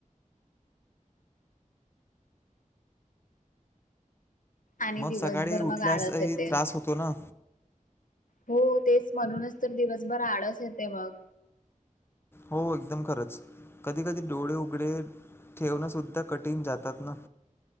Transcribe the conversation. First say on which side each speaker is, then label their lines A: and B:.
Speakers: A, on the left; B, on the left.
A: आणि
B: मग
A: दिवसभर
B: सकाळी
A: मग
B: उठल्यासही
A: आळस येते.
B: त्रास होतो ना
A: हो तेच म्हणूनच तर दिवसभर आळस येते मग
B: हो एकदम खरंच, कधी कधी डोळे उघडे ठेवणं सुद्धा कठीण जातात ना.